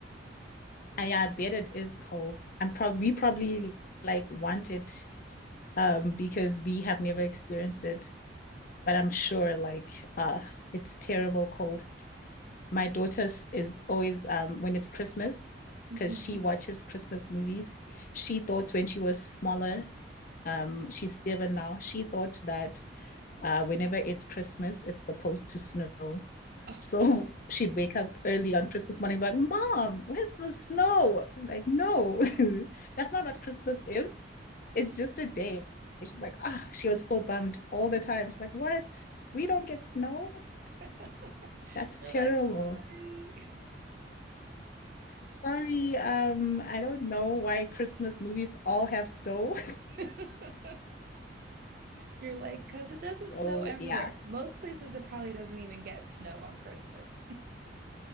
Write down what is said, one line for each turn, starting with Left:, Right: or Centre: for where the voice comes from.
Left: And yeah, I bet it is cold. I'm probably we probably like want it um because we have never experienced it. But I'm sure like uh it's terrible cold. My daughter is always um when it's Christmas, because
Right: hmm
Left: she watches Christmas movies. She thought when she was smaller, um, she's seven now, she thought that Uh, whenever it's Christmas, it's supposed to snow.
Right: Oh.
Left: So <laughs> she'd wake up early on Christmas morning, like, Mom, where's the snow? I'm like, no, <laughs> that's not what Christmas is. It's just a day. She's like, ah, oh, she was so bummed all the time. She's like, what? We don't get snow?
Right: <laughs>
Left: That's
Right: You're
Left: terrible.
Right: like, sorry.
Left: Sorry, um, I don't know why Christmas movies all have snow.
Right: <laughs> You're like, because it doesn't
Left: <laughs> so
Right: snow everywhere.
Left: yeah,
Right: Most places it probably doesn't even get snow on Christmas. <laughs>